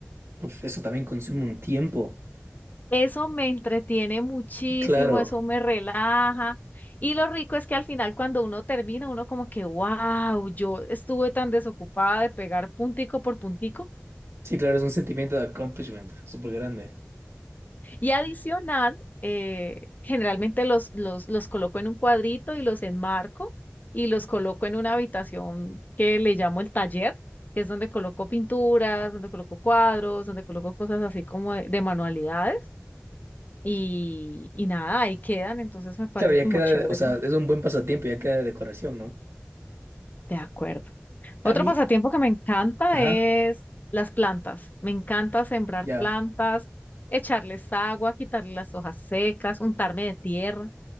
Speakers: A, on the right; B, on the left.
A: Uf, eso también consume un tiempo.
B: Eso me entretiene muchísimo,
A: Claro.
B: eso me relaja. Y lo rico es que al final cuando uno termina, uno como que, wow, yo estuve tan desocupada de pegar puntico por puntico
A: Sí, claro, es un sentimiento de accomplishment súper grande.
B: Y adicional, eh, generalmente los, los, los coloco en un cuadrito y los enmarco y los coloco en una habitación que le llamo el taller, que es donde coloco pinturas, donde coloco cuadros, donde coloco cosas así como de, de manualidades y, y nada, ahí quedan, entonces me parece
A: Claro, ya
B: como
A: queda,
B: chévere
A: o sea,
B: también.
A: es un buen pasatiempo, ya queda de decoración, ¿no?
B: De acuerdo. Otro
A: A mí,
B: pasatiempo que me encanta
A: ajá,
B: es las plantas. Me encanta sembrar
A: ya.
B: plantas, echarles agua, quitarle las hojas secas, untarme de tierra.